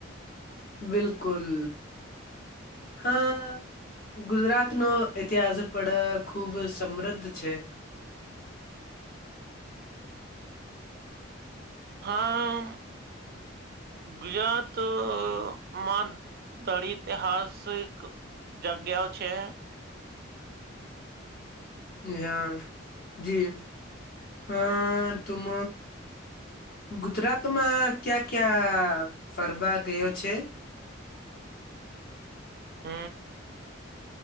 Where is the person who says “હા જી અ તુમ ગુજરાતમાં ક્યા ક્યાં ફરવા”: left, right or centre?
Left